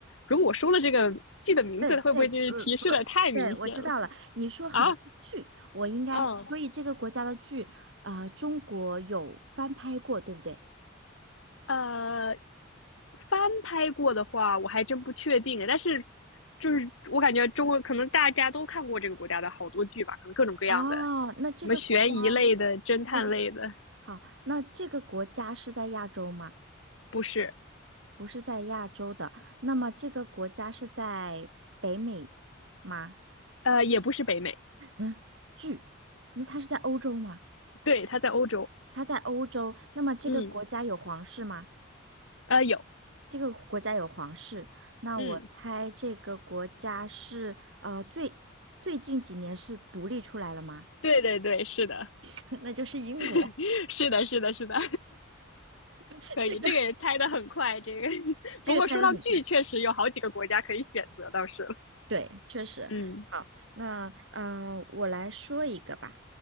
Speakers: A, on the left; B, on the right.
A: 如果我说了这个剧的名字，
B: 对对，
A: 会不会就是提示的太明显了
B: 就呃不，对，我知道了。你说很多剧，
A: 啊？
B: 我应该，
A: 嗯，
B: 所以这个国家的剧，呃，中国有翻拍过，对不对？
A: 呃，翻拍过的话，我还真不确定。但是，就是我感觉中国可能大家都看过这个国家的好多剧吧，可能各种各样的，
B: 哦，那这个国家
A: 什么悬疑类的、侦探类的，
B: ，OK，好，那这个国家是在亚洲吗？
A: 不是，
B: 不是在亚洲的，那么这个国家是在北美吗？
A: 呃，也不是北美，
B: 嗯，剧，那它是在欧洲吗？
A: 对，它在欧洲。
B: 它在欧洲，那么这个国家有皇室吗？
A: 嗯，呃，有，
B: 这个国家有皇室，那我猜这个国家是呃最最近几年是独立出来了吗？
A: 嗯，对对对，是的，
B: <laughs> 那就是英国。
A: <laughs> 是的，是的，是的，
B: <laughs>
A: <laughs> 可以，
B: 这个
A: 这个也猜的很快。这个，<laughs>
B: 这个猜的很。
A: 不过说到剧，确实有好几个国家可以选择，倒是了
B: 对，确实。
A: 嗯
B: 好，那呃，我来说一个吧。